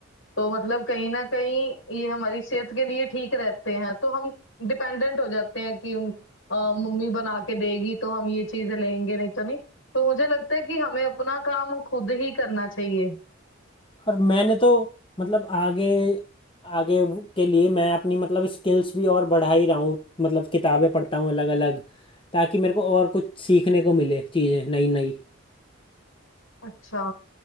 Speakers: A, on the left; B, on the left.
A: तो मतलब कहीं ना कहीं ये हमारी सेहत के लिए ठीक रहते हैं तो हम डिपेंडेंट हो जाते हैं कि हम, अ, मम्मी बना के देगी तो हम ये चीजें लेंगे नहीं तो नहीं तो मुझे लगता है कि हमें अपना काम खुद ही करना चाहिए
B: और मैंने तो मतलब आगे आगे वो- के लिए मैं अपनी मतलब स्किल्स भी और बढ़ा ही रहा हूँ मतलब किताबें पढ़ता हूँ अलग अलग ताकि मेरे को और कुछ सीखने को मिले चीज़ें नई नई
A: अच्छा